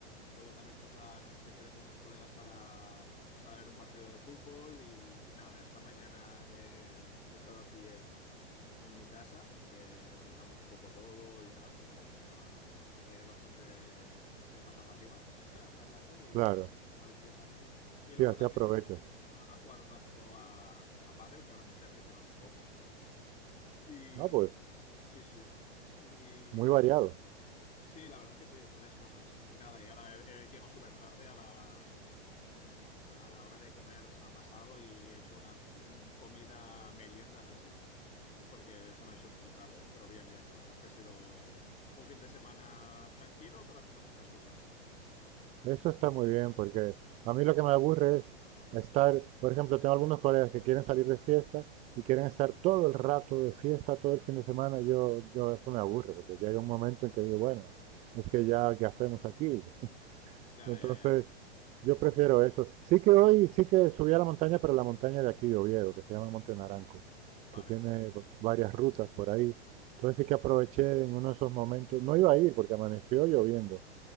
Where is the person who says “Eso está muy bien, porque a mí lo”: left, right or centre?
Right